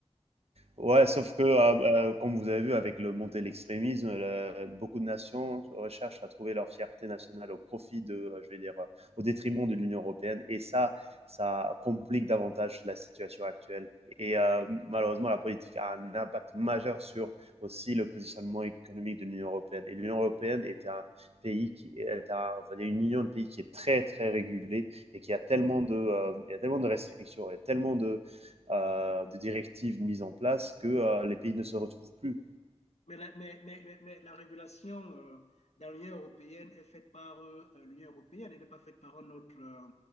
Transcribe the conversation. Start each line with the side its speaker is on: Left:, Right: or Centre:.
Right: Ouais, sauf que, euh, euh, comme vous avez vu, avec le montée de l'extrémisme, le- beaucoup de nations recherchent à trouver leur fierté nationale au profit de, euh, je vais dire, euh, au détriment de l'Union européenne. Et ça, ça complique davantage la situation actuelle. Et euh, malheureusement, la politique a un impact majeur sur aussi le positionnement économique de l'Union européenne. Et l'Union européenne est un pays qui est un, on va dire une union de pays qui est très, très régulée et qui a tellement de, euh, il y a tellement de restrictions il y a tellement de euh, des directives mises en place que euh, les pays ne se retrouvent plus.
Left: Mais la, mais, mais, mais la régulation euh, dans l'Union européenne est faite par euh, euh, l'Union européenne, elle n'est pas faite par un autre, euh,